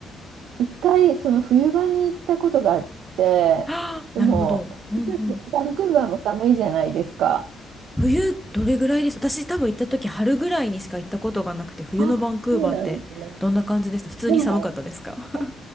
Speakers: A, on the right; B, in the centre.
A: 一回その冬場に行ったことがあって、
B: <laughs> あー
A: でも、
B: <gasps> なるほど。うんうん。
A: バンクーバーも寒いじゃないですか。
B: 冬、どれぐらいです私多分行った時春ぐらいにしか行ったことがなくて、冬のバンクーバーってどんな感じでした普通に寒かったですか
A: あ、そうなんですね。でも、あ